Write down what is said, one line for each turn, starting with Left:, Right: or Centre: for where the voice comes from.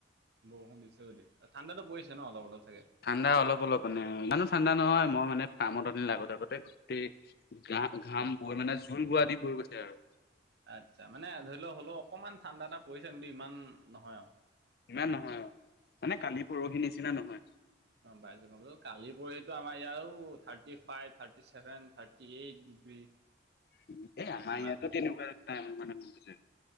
Right: বৰষুণ দিছে যদি। ঠাণ্ডাতো পৰিছে ন' অলপ, অলপ চাগে।
Left: ঠাণ্ডা অলপ অলপ মানে। ইমানো ঠাণ্ডা নহয়, মই মানে ফাৰ্মত লাগোতে আতে গোটেই গাত ঘাম বৈ মানে জোল বোৱা দি' বৈ' গৈছে আৰু।
Right: আচ্ছা। মানে ধৰি লও হ'লেও অকণমান ঠাণ্ডা এটা পৰিছে কিন্তু ইমান নহয় আৰু।
Left: ইমান নহয় অ', মানে কালি পৰহি নিচিনা নহয়।
Right: গম পাইছোঁ, গম পাইছোঁ। কালি পৰহি আমাৰ ইয়াতটো thirty five, thirty seven, thirty eight degree.
Left: এ, আমাৰ
Right: ইমান
Left: ইয়াতো তেনেকুৱাই মানে নুবুজে।